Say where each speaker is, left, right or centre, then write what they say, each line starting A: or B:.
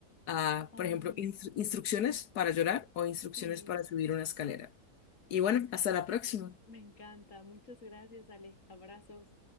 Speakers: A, on the left; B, on the left.
A: Ah,
B: Ay,
A: por ejemplo, instru- instrucciones para llorar o instrucciones
B: sí,
A: para subir una escalera. Y bueno, hasta la próxima.
B: me encanta. Muchas gracias, Ale. Abrazos.